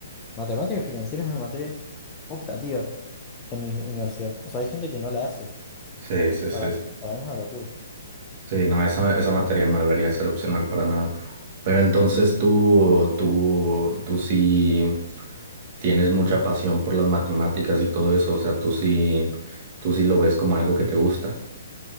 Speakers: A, on the left; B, on the right.
A: matemática financiera es una materia optativa en mi universidad. O sea, hay gente que no la hace.
B: Sí, sí, sí.
A: Para, para mí es una locura.
B: Sí, no, esa, esa materia no debería ser opcional para nada. Pero entonces tú, tú, tú sí tienes mucha pasión por las matemáticas y todo eso, o sea, tú sí, tú sí lo ves como algo que te gusta.